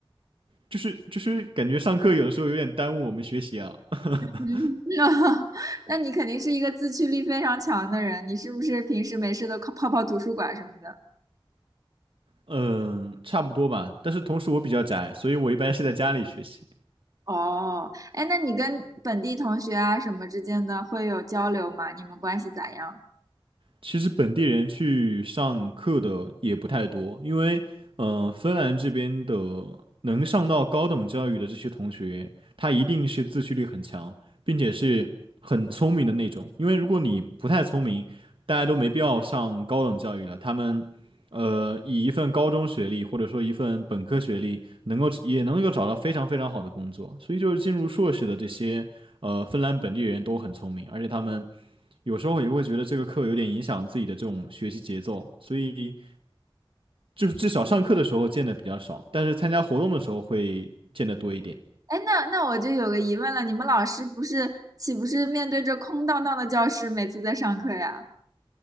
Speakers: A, on the right; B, on the right.
A: 就是就是感觉上课有的时候有点耽误我们学习啊。<laughs>
B: 嗯，<laughs> 那你肯定是一个自驱力非常强的人，你是不是平时没事都泡泡图书馆什么的？
A: 嗯，差不多吧，但是同时我比较宅，所以我一般是在家里学习。
B: 哦，哎，那你跟本地同学啊什么之间的会有交流吗？你们关系咋样？
A: 其实本地人去上课的也不太多，因为呃，芬兰这边的能上到高等教育的这些同学，他一定是自驱力很强，并且是很聪明的那种。因为如果你不太聪明，大家都没必要上高等教育了。他们呃，以一份高中学历或者说一份本科学历，能够也能够找到非常非常好的工作。所以就是进入硕士的这些呃芬兰本地人都很聪明，而且他们有时候也会觉得这个课有点影响自己的这种学习节奏，所以就是至少上课的时候见的比较少，但是参加活动的时候会见的多一点。
B: 哎，那那我就有个疑问了，你们老师不是岂不是面对着空荡荡的教室每次在上课呀？